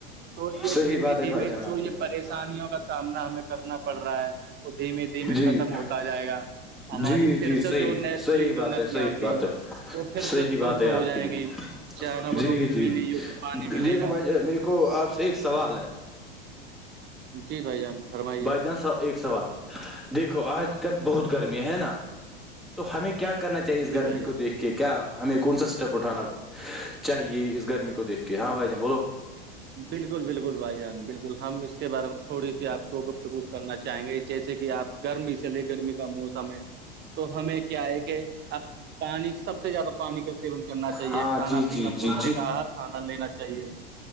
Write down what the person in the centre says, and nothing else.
صحیح
بات ہے
بھائی جان آپ
کی بھی
جی
جی
جی
صحیح
صحیح بات
ہے صحیح
بات ہے
صحیح
بات
ہے
آپ
کی بھی
جی
جی
جی
دیکھو
بھائی میرے کو آپ سے ایک سوال ہے
بھائی جان س ایک سوال ہے دیکھو آج کل بہت گرمییا ہے نا تو ہمیں کیا کرنا چاہیے اس
گرمی
کو دیکھ کہ کیا ہمیں کون سا اسٹیپ اٹھاناڑ چاہیے اس گرمی کو دیکھ کے ہاں بھائی جان بولو
ہاں
جی جی
جی